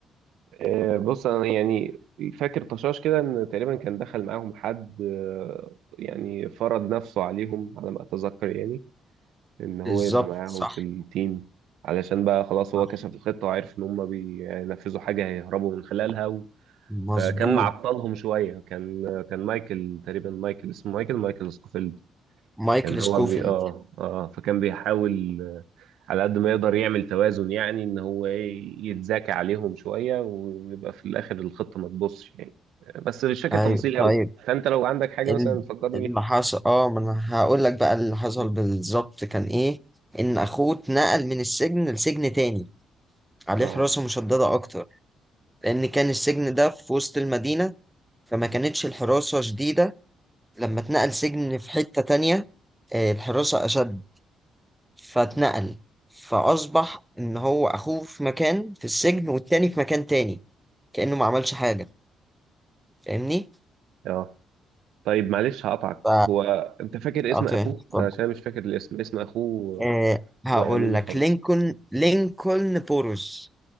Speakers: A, on the right; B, in the centre.
A: آه، بص انا يعني فاكر طشاش كده ان تقريبا كان دخل معاهم حد آه، يعني فرض نفسه عليهم على ما اتذكر يعني ان هو
B: بالظبط
A: يبقى معاهم
B: صح
A: في التيم علشان بقى خلاص
B: صح
A: هو كشف الخطة وعرف ان هم بينفذوا حاجة هيهربوا من خلالها و...
B: مظبوط
A: فكان معطلهم شوية كان كان مايكل تقريبا مايكل اسمه مايكل مايكل سكوفيلد
B: مايكل
A: كان هو
B: سكوفيلد
A: بي اه اه فكان بيحاول آه، على قد ما يقدر يعمل توازن يعني ان هو ايه يتذاكى عليهم شويه ويبقى في الاخر الخطه ما تبصش يعني بس مش فاكر
B: ايوه
A: تفاصيل قوي
B: طيب
A: فانت لو عندك حاجه
B: ال-
A: مثلا تفكرني
B: اللي
A: بيها
B: حصل اه ما انا هقول لك بقى اللي حصل
A: <laughs> مم.
B: بالظبط كان ايه ان اخوه اتنقل من السجن لسجن تاني عليه
A: اه
B: حراسة مشددة اكتر لان كان السجن ده في وسط المدينة فما كانتش الحراسة شديدة لما اتنقل سجن في حتة تانية آه، الحراسة اشد فاتنقل فأصبح إن هو أخوه في مكان في السجن والتاني في مكان تاني كأنه ما عملش حاجة فاهمني؟
A: اه طيب معلش هقطعك
B: ف
A: هو انت فاكر اسم
B: أعطيه
A: اخوه
B: اتفضل
A: عشان أنا مش فاكر الاسم اسم اخوه
B: أه
A: آه،
B: هقول
A: وقع مني
B: لك
A: خالص
B: لينكولن لينكولن بوروز